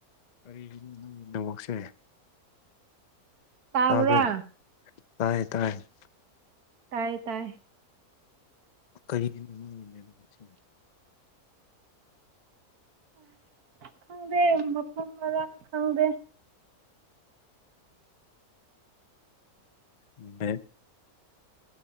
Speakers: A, on the left; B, on the right.
A: ꯀꯔꯤꯒꯤꯅꯣ ꯅꯪꯒꯤ ꯅꯦꯠꯋꯥꯛꯁꯦ
B: ꯇꯥꯕ꯭ꯔꯥ
A: ꯇꯥꯕ꯭ꯔꯣ ꯇꯥꯏꯌꯦ ꯇꯥꯏꯌꯦ
B: ꯇꯥꯏꯌꯦ ꯇꯥꯏ
A: ꯀꯔꯤꯒꯤꯅꯣ ꯅꯪꯒꯤ ꯅꯦꯠꯋꯥꯛꯁꯦ
B: ꯈꯪꯗꯦ ꯃꯐꯝ ꯃꯔꯥꯡ ꯈꯪꯗꯦ
A: ꯃꯦ